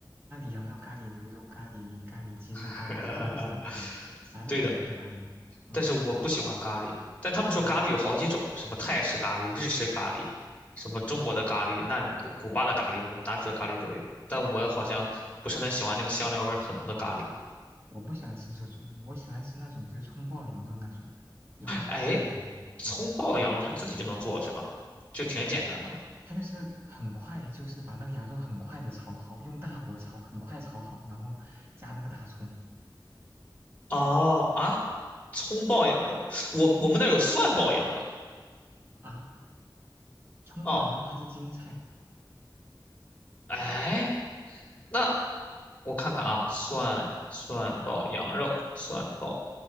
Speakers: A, on the right; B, on the left.
A: 咖喱羊肉、咖喱牛肉、咖喱咖喱鸡肉、
B: <laughs>
A: 咖喱猪肉，啥都有，啥肉都能配咖喱。
B: 对的，
A: 嗯
B: 但是我不喜欢咖喱。但他们说咖喱有好几种，
A: 嗯，
B: 什么泰式咖喱、日式咖喱，什么中国的咖喱，那古巴的咖喱，什么哪种的咖喱都有。但我好像不是很喜欢那个香料味儿很浓的咖喱。
A: 我不喜欢吃这种，我喜欢吃那种就葱爆羊肉那种，如果是刺激的话，
B: 哎，葱爆羊肉是自己就能做是吧？
A: 嗯。
B: 就挺简单的。
A: 哦，他就是很快，就是把那个羊肉很快的炒好，用大火炒，很快炒好，然后加那个大葱
B: 哦啊，葱爆羊肉，我我们那儿有蒜爆羊肉。
A: 啊，葱爆羊肉它是京菜，
B: 哦，哎。那我看看啊，蒜蒜爆羊肉，蒜爆，